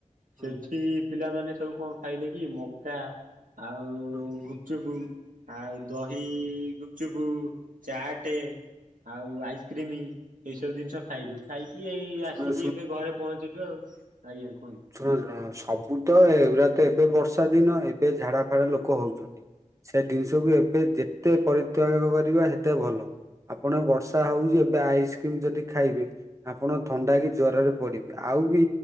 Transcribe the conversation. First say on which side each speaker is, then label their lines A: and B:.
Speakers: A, on the right (about 25°); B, on the right (about 80°).
A: ହଁ
B: ସେଠି ପିଲାମାନେ ସବୁ କଣ ଖାଇଲେ କି! ମକା ଆଉ-ଉ
A: ହଁ।
B: ଗୁପ୍ ଚୁପୁ। ଆଉ ଦହି ଗୁପ୍ ଚୁପୁ, ଚାଟେ ଆଉ ଆଇସ୍କ୍ରିମି, ଏଇ ସବୁ ଜିନିଷ ଖାଇଲୁ। ଖାଇକି, ଏଇ
A: ଶୁଣ
B: ଆସିକି ଏବେ ଘରେ ପହଞ୍ଚିଲୁ ଆଉ। ଆଜ୍ଞା କୁହନ୍ତୁ
A: ଶୁଣୁ, ସବୁ ତ ଏଗୁଡା ତ ଏବେ ବର୍ଷା ଦିନ! ଏବେ ଝାଡାଫାଡା ଲୋକ ହଉଛନ୍ତି। ସେ ଦିନଷକୁୁ ଏବେ, ଯେତେ ପରିତ୍ୟାଗ କରିବା ହେତେ ଭଲ। ଆପଣ ବର୍ଷା ହଉଛି ଏବେ ଆଇସ୍କ୍ରିମ ଯଦି ଖାଇବେ, ଆପଣ ଥଣ୍ଡା କି ଜର ରେ ପଡିବେ। ଆଉ ଆାଉ ବି